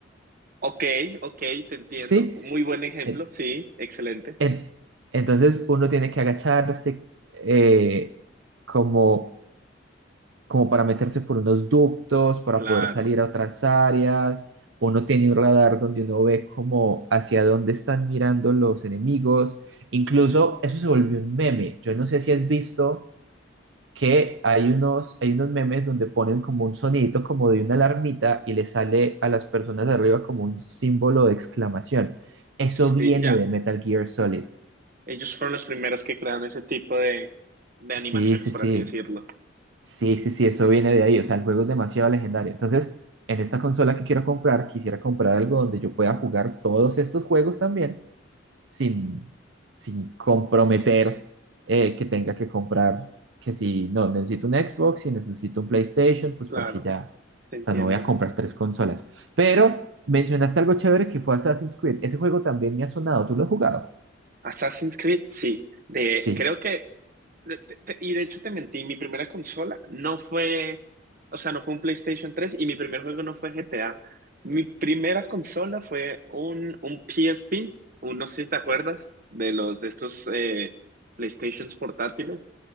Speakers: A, on the right; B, on the right.
A: Ok, ok, te entiendo.
B: ¿sí?
A: Muy buen ejemplo,
B: En-
A: sí, excelente.
B: en- entonces uno tiene que agacharse, eh, como como para meterse por unos ductos, para
A: Claro,
B: poder salir a otras áreas. Uno tiene un radar donde uno ve como hacia dónde están mirando los enemigos. Incluso eso se volvió un meme. Yo no sé si has visto que hay unos, hay unos memes donde ponen como un sonidito como de una alarmita y le sale a las personas de arriba como un símbolo de exclamación. Eso viene
A: sí, ya.
B: de Metal Gear Solid.
A: Ellos fueron los primeros que crearon ese tipo de, de
B: Sí,
A: animaciones,
B: sí,
A: por
B: sí.
A: así decirlo.
B: Sí, sí, sí, eso viene de ahí. O sea, el juego es demasiado legendario. Entonces, en esta consola que quiero comprar, quisiera comprar algo donde yo pueda jugar todos estos juegos también sin, sin comprometer eh, que tenga que comprar, que si no, necesito un Xbox, si necesito un PlayStation, pues
A: Claro,
B: porque ya,
A: te entiendo.
B: o sea, no voy a comprar tres consolas. Pero mencionaste algo chévere que fue Assassin's Creed. Ese juego también me ha sonado. ¿Tú lo has jugado?
A: Assassin's Creed, sí. De,
B: Sí,
A: creo que, de- te- te- y de hecho te mentí, mi primera consola no fue, o sea, no fue un PlayStation tres y mi primer juego no fue GTA. Mi primera consola fue un, un PSP, un, no sé si te acuerdas, de los de estos eh, PlayStations portátiles.